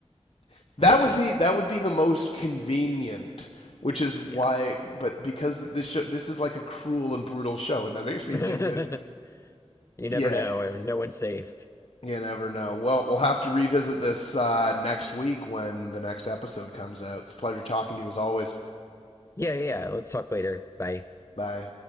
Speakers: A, on the left; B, on the left.
A: <laughs> that
B: Jesse,
A: would be that would be the most convenient, which is why.
B: yeah.
A: But because this show this is like a cruel and brutal show, and that makes me
B: <laughs>
A: think that
B: You
A: yeah,
B: never know. No one's safe.
A: you never know. Well, we'll have to revisit this uh, next week when the next episode comes out. It's a pleasure talking to you as always.
B: Yeah, yeah. yeah. Let's talk later. Bye.
A: Bye.